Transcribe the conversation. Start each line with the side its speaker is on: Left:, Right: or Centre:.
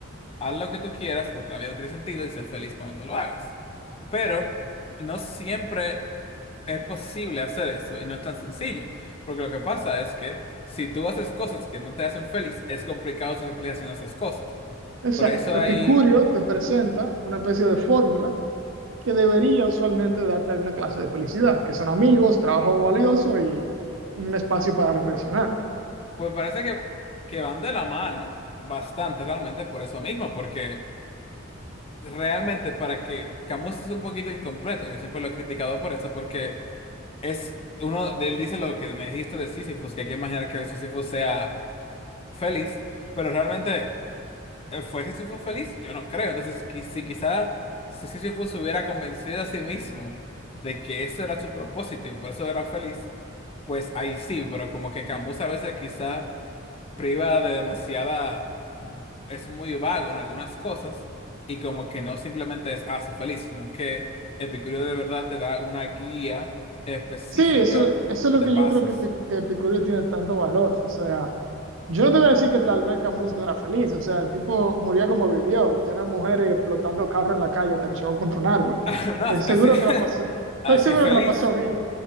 Left: haz lo que tú quieras porque la vida no tiene sentido y sé feliz cuando tú lo hagas. Pero no siempre es posible hacer eso y no es tan sencillo, porque lo que pasa es que si tú haces cosas que no te hacen feliz, es complicado ser feliz haciendo esas cosas.
Right: Exacto.
Left: Por eso ahí,
Right: Epicurio te presenta una especie de fórmula que debería usualmente darte alguna clase de felicidad, que son amigos, trabajo valioso y un espacio para reflexionar.
Left: pues parece que, que van de la mano bastante realmente por eso mismo, porque realmente para que Camus es un poquito incompleto, yo siempre lo he criticado por eso, porque es uno, él dice lo que me dijiste de Sísifo, que hay que imaginar que Sísifo sea feliz, pero realmente... Eh, ¿Fue Sísifo feliz? Yo no creo. Entonces, qui- si quizá si Sísifo se hubiera convencido a sí mismo de que eso era su propósito y por eso era feliz, pues ahí sí, pero como que Cambus a veces quizá priva de demasiada... es muy vago en algunas cosas y como que no simplemente es hace feliz, sino que Epicurio de verdad te da una guía específica
Right: Sí, eso, eso es
Left: de
Right: lo que
Left: pasos.
Right: yo creo que, Pi- que Epicurio tiene tanto valor. O sea, yo no te voy a decir que tal vez Camus no era feliz. O sea, el tipo murió como vivió, lleno de mujeres explotando carros en la calle hasta que chocó contra un árbol.
Left: <laughs> No,
Right: Estoy
Left: así,
Right: seguro
Left: así <laughs>
Right: que la pasó, estoy
Left: así
Right: seguro
Left: es feliz.
Right: que la pasó bien.